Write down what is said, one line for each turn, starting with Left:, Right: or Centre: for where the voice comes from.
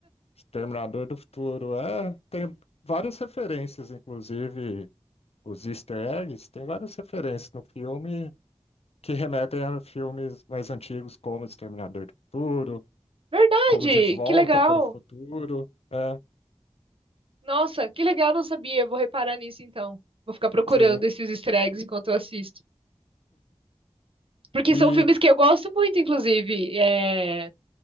Left: Exterminador do Futuro. É, tem várias referências, inclusive os Easter eggs, tem várias referências no filme que remetem a filmes mais antigos, como Exterminador do Futuro,
Right: Verdade,
Left: como De Volta
Right: que legal.
Left: para o Futuro. É,
Right: Nossa, que legal, não sabia. Vou reparar nisso então. Vou ficar procurando
Left: sim.
Right: esses easter eggs enquanto eu assisto. Porque
Left: E
Right: são filmes que eu gosto muito, inclusive. É...